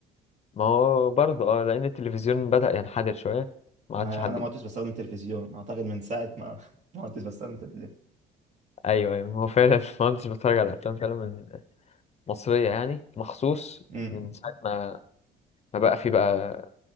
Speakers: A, on the left; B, on the right.
A: ما هو برضه اه لأن التلفزيون بدأ ينحدر شوية ما
B: ما
A: عادش حد
B: انا ما
A: ب-
B: عدتش بستخدم تلفزيون اعتقد من ساعه ما <laughs> ما عدتش بستخدم تلفزيون
A: أيوه أيوه هو فعلا <laughs> ما كنتش بتفرج على أفلام فعلا من مصرية يعني مخصوص
B: امم
A: من ساعة ما ما بقى في بقى